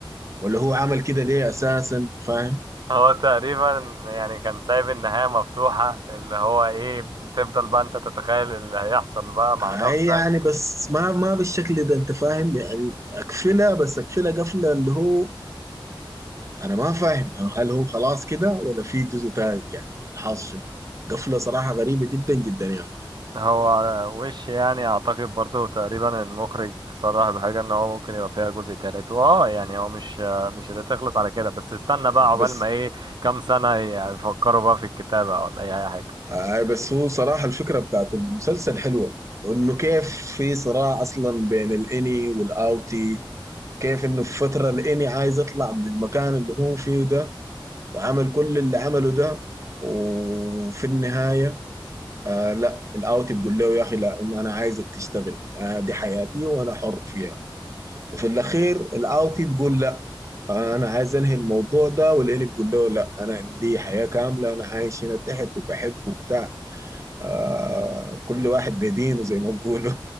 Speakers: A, on the right (about 35°); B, on the right (about 60°).
A: ولا هو عمل كده ليه اساسا فاهم
B: هو تقريبا يعني كان سايب النهاية مفتوحة اللي هو ايه تفضل بقى انت تتخيل اللي هيحصل بقى مع
A: اي
B: نفسك
A: يعني بس ما ما بالشكل ده انت فاهم يعني اقفلها بس اقفلها قفله اللي هو انا ما فاهم هل هو خلاص كده ولا في جزء ثالث يعني ولا حاصل شنو؟ قفله صراحه غريبه جدا جدا يعني
B: هو وش يعني اعتقد برضو تقريبا المخرج صرح بحاجة ان هو ممكن يبقى فيها جزء تالت واه يعني هو مش مش هتخلص على كده بس استنى بقى
A: بس
B: عقبال ما ايه كام سنة يفكروا بقى في الكتابة ولا اي حاجة
A: آه بس هو صراحة الفكرة بتاعت المسلسل حلوة وانه كيف في صراع اصلا بين الاني والاوتي كيف انه في فترة الاني عايز يطلع من المكان اللي هو فيه ده وعمل كل اللي عمله ده وفي النهاية آه لا الاوتي بيقول له يا اخي لا إن انا عايزك تشتغل آه دي حياتي وانا حر فيها وفي الاخير الاوتي بيقول لا آه انا عايز انهي الموضوع ده والاني بيقول له لا انا عندي حياة كاملة انا عايش هنا تحت وبحب وبتاع آه كل واحد بدينه زي ما بيقولوا